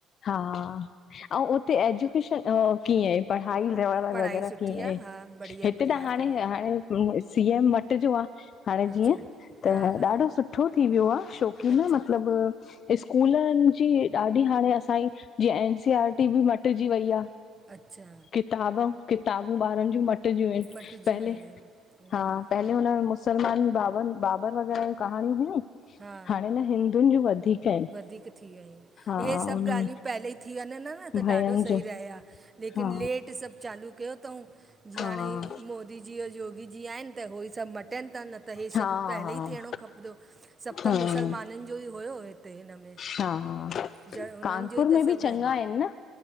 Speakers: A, on the left; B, on the right.
A: हा, ऐं उते एजुकेशन त। कीअं आहे? पढ़ाई ई लेवल
B: पढ़ाई
A: वग़ैरह
B: सुठी
A: कीअं आहे?
B: हा बढ़िया
A: हिते
B: बढ़िया
A: त हाणे,
B: पढ़
A: हाणे। सी एम मटि जो आ। हाणे
B: अच्छा
A: जीअं। त
B: हा हा
A: ॾाढो सुठो थी वियो आहे। शोकीन
B: अच्छा
A: मतलब। स्कूलनि जी, ॾाढी हाणे असांजी, जीअं एन सी आर टी बि मटिजी वई आहे।
B: अच्छा।
A: किताब, किताबूं ॿारनि जूं मटजी आहिनि।
B: मटिजी
A: पहले
B: वियूं आहिनि हम्म,
A: हा। पहले हुन मुसलमान बाबर बाबर वग़ैरह कहाणियूं हुयूं।
B: हा
A: हाणे न हिंद डनि जूं वधीक। आहिनि
B: वधीक थी वियूं
A: हा
B: इहे। य सभु
A: हुनमें
B: ॻाल्हियूं पहले ई थी वञनि न। न, त
A: भयन
B: ॾाढो सही
A: जो
B: रहे आहे। लेकिन
A: हा
B: लेट सभु चालू कयो अथऊं। जीअं
A: हा
B: हाणे, मोदी जी, योगी जी आहिनि। त उहे ई सभु मटनि था। न त इहे
A: हा
B: सभु। पहले ई थियणो खपंदो हुओ। सभु त
A: हा हा
B: मुसलमाननि जो ई हुयो। जर,
A: हा
B: उनि
A: कानपुर
B: जो ई त
A: में
B: सभु
A: बि चङा
B: रहनि।
A: आहिनि न